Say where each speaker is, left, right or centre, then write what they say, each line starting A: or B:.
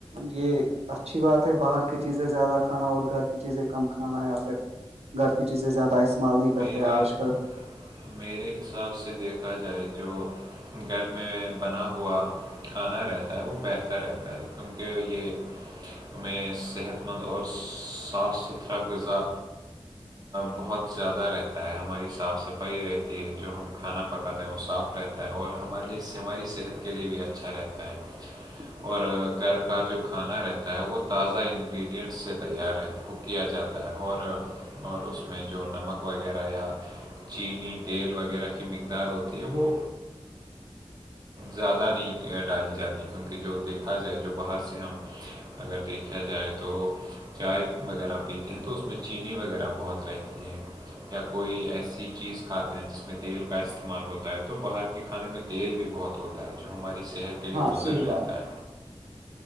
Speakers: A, on the right (about 75°); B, on the right (about 40°).
A: یہ اچھی بات ہے باہر کی چیزیں زیادہ کھانا اور گھر کی چیزیں کم کھانا یا پھر گھر کی چیزیں زیادہ استعمال نہیں کرتے
B: میرے
A: آج کل
B: میرے حساب سے دیکھا جائے جو گھر میں بنا ہوا کھانا رہتا ہے وہ بہتر رہتا ہے کیونکہ یہ ہمیں صحت مند اور صاف ستھرا غذا بہت زیادہ رہتا ہے ہماری صاف صفائی رہتی ہے جو ہم کھانا پکاتے ہیں وہ صاف رہتا اور ہمارے لیے ہماری صحت کے لیے بھی اچھا رہتا ہے اور گھر کا جو کھانا رہتا ہے وہ تازہ انگریڈینٹس سے تیار رہتا کیا جاتا ہے اور اور اس میں جو نمک وغیرہ یا چینی تیل وغیرہ کی مقدار ہوتی ہے وہ زیادہ نہیں ڈالی جاتی کیونکہ جو دیکھا جائے جو باہر سے ہم اگر دیکھا جائے تو چائے وغیرہ پیتے ہیں تو اس میں چینی وغیرہ بہت رہتی ہے تی ہے یا کوئی ایسی چیز کھاتے ہیں جس میں تیل کا استعمال ہوتا ہے تو باہر کے کھانے میں تیل بھی بہت ہوتا ہے جو ہماری صحت کے لیے
A: ہاں
B: مضر
A: صحیح
B: رہتا
A: بات
B: ہے